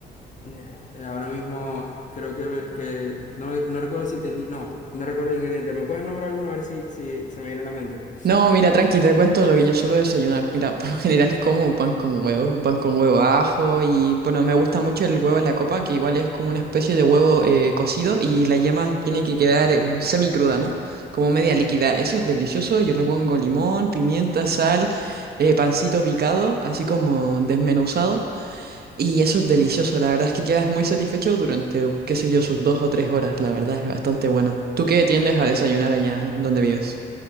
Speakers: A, on the left; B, on the right.
A: Eh, Ahora mismo creo que, me- que no, no recuerdo si tenía, no, no recuerdo el ingrediente. ¿Me puedes nombrar alguno a ver si, si se me viene a la mente?
B: No, mira, tranqui, te cuento lo que yo suelo desayunar. Mira, por lo general como pan con huevo, pan con huevo ajo y bueno, me gusta mucho el huevo en la copa, que igual es como una especie de huevo eh, cocido y la yema tiene que quedar em, semicruda, ¿no? Como media líquida. Eso es delicioso, yo le pongo limón, pimienta, sal, eh, pancito picado, así como desmenuzado. Y eso es delicioso, la verdad es que quedas muy satisfecho durante, qué sé yo, sus dos o tres horas, la verdad es bastante bueno. ¿Tú qué tiendes a desayunar allá donde vives?